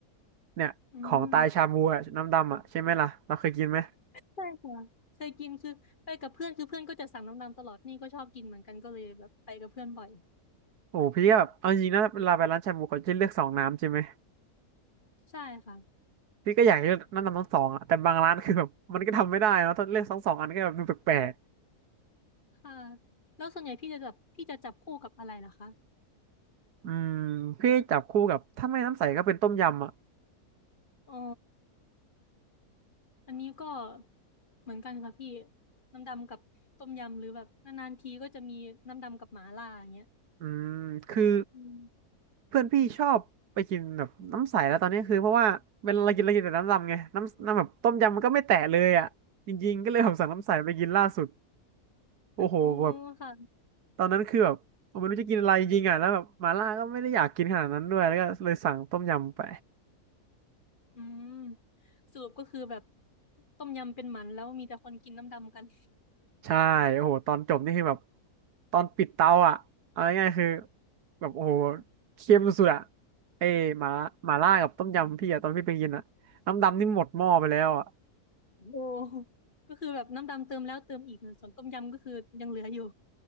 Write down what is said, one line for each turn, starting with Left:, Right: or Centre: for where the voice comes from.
Right: เนี่ยของตายชาบูอะน้ำดำอะใช่ไหมล่ะเราเคยกินไหม
Left: อืม ใช่ค่ะเคยกินคือไปกับเพื่อนคือเพื่อนก็จะสั่งน้ำดำตลอดนี่ก็ชอบกินเหมือนกันก็เลยแบบไปกับเพื่อนบ่อย
Right: โอ้พี่ก็แบบเอาจริงนะเวลาไปร้านชาบูเขาจะเลือกสองน้ำใช่ไหม
Left: ใช่ค่ะ
Right: พี่ก็อยากเลือกน้ำดำทั้งสองอะแต่บางร้านคือแบบมันก็ทำไม่ได้เนอะถ้าเลือกทั้งสองอันก็แบบดูแปลก
Left: ค่ะแล้วส่วนใหญ่พี่จะจับพี่จะจับคู่กับอะไรล่ะคะ
Right: ๆอืมพี่จับคู่กับถ้าไม่น้ำใสก็เป็นต้มยำอะ
Left: อ๋ออันนี้ก็เหมือนกันค่ะพี่น้ำดำกับต้มยำหรือแบบนานๆทีก็จะมีน้ำดำกับหมาล่าอย่างเงี้ย
Right: อืมคือ
Left: อืม
Right: เพื่อนพี่ชอบไปกินแบบน้ำใสแล้วตอนนี้คือเพราะว่าเวลาเรากินเรากินแต่น้ำดำไงน้ำน้ำแบบต้มยำมันก็ไม่แตะเลยอ่ะจริงๆก็เลยผมสั่งน้ำใสไปกินล่าสุดโอ้โหแบบ
Left: อ๋อค่ะ
Right: ตอนนั้นคือแบบผมไม่รู้จะกินอะไรจริงๆอ่ะแล้วแบบมาล่าก็ไม่ได้อยากกินขนาดนั้นด้วยแล้วก็เลยสั่งต้มยำไป
Left: อืมสรุปก็คือแบบต้มยำเป็นหมันแล้วมีแต่คนกินน้ำดำกัน
Right: ใช่โอ้โหตอนจบนี่คือแบบตอนปิดเตาอ่ะเอาง่ายๆคือแบบโอ้โหเค็มสุดๆอ่ะเอ้ยหมาหมาล่ากับต้มยำพี่อ่ะตอนพี่ไปกินอ่ะน้ำดำนี่หมดหม้อไปแล้วอ่ะ
Left: โอ้ก็คือแบบน้ำดำเติมแล้วเติมอีกส่วนต้มยำก็คือยังเหลืออยู่